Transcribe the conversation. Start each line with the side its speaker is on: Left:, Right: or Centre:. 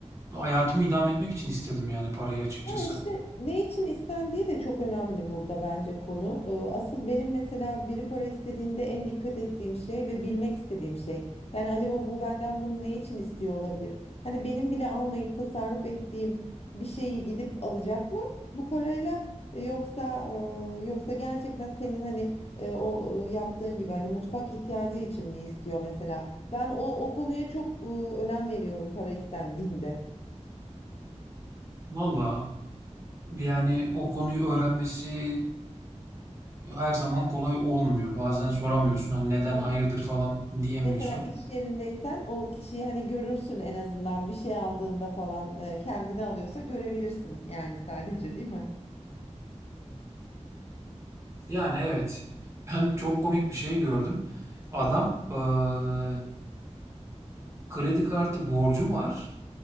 Right: hayatımı idame etmek için istedim yani parayı açıkçası.
Left: Ya işte ne için istendiği de çok önemli burada bence konu. Ee, Asıl benim mesela biri para istediğinde en dikkat ettiğim şey ve bilmek istediğim şey. Yani acaba bu benden bunu ne için istiyor olabilir? Hani benim bile almayıp tasarruf ettiğim bir şeyi gidip alacak mı bu parayla? E, Yoksa e, yoksa gerçekten senin hani e, o e, yaptığın gibi hani mutfak ihtiyacı için mi istiyor mesela? Ben o o konuya çok e, önem veriyorum para istendiğinde.
Right: Valla yani o konuyu öğrenmesi her zaman kolay olmuyor. Bazen soramıyorsun. Hani neden
Left: Ama
Right: hayırdır falan diyemiyorsun.
Left: Mesela iş yerindeysen o kişiyi hani görürsün en azından bir şey aldığında falan e, kendini alıyorsa görebilirsin yani sadece değil mi?
Right: Yani evet. Ben çok komik bir şey gördüm. Adam eee, kredi kartı borcu var.